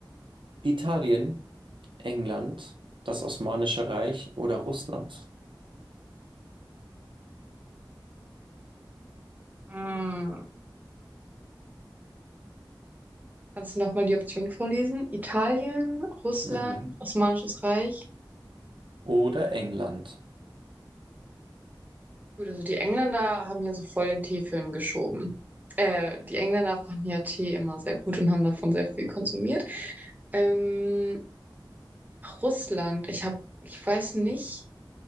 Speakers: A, on the right; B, on the right.
A: Italien, England, das Osmanische Reich oder Russland?
B: Hm. Kannst du nochmal die Option vorlesen? Italien, Russland,
A: Mhm.
B: Osmanisches Reich,
A: Oder England.
B: Gut, also die Engländer haben ja so voll den Teefilm geschoben. Äh, die Engländer fanden ja Tee immer sehr gut und haben davon sehr viel konsumiert. Ähm, Russland, ich habe, ich weiß nicht,